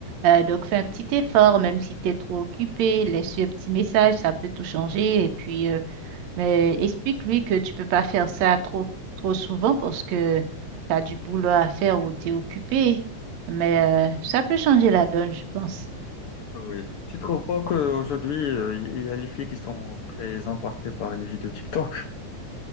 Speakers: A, on the right; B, on the left.
A: Euh, donc, fais un petit effort, même si tu es trop occupé, laisse-lui un petit message, ça peut tout changer. Et puis, euh, mais explique-lui que tu peux pas faire ça trop, trop souvent parce que tu as du boulot à faire ou tu es occupé. Mais euh, ça peut changer la donne, je pense.
B: Euh, Oui. Tu trouves pas qu'aujourd'hui, euh, il y a les filles qui sont très impactées par les vidéos TikTok?